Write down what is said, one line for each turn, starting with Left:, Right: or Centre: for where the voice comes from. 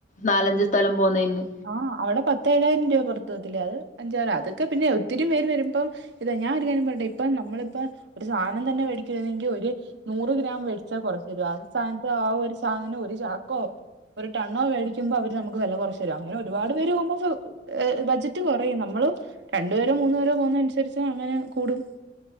Left: നാലഞ്ചച് സ്ഥലം പോന്നതിന്
Right: അഹ് അവിടെ പത്തേഴായിരം രൂപ പുറത്തത്ത് വത്തില്ലേ അത് അഞ്ചായിരം അതൊക്കെ പിന്നെ ഒത്തിരി പേര് വരുമ്പം ഇത ഞാൻ ഒരു കാര്യം പറയട്ടെ ഇപ്പം നമ്മളിപ്പോ ഒരു സാധനം തന്നെ മേടിക്കുന്നെങ്കിൽ ഒരു നൂറ് ഗ്രാം വെടിച്ച കൊറച്ചു വരു ആ സ്ഥാനത്ത് ആ ഒരു സാധനം ഒരു ചാക്കോ ഒരു ടണ്ണോ മേടിക്കുന്പം അവ നമുക്ക് വില കുറച്ച അങ്ങനെ ഒരുപാട് പേര് പോകുമ്പോ ബ്ജറ്റ് കുറയും നമ്മള് രണ്ടുപരോ മൂന്നു പേരോ പോകുന്നനുസരിച്ച് അങ്ങനെ കൂടും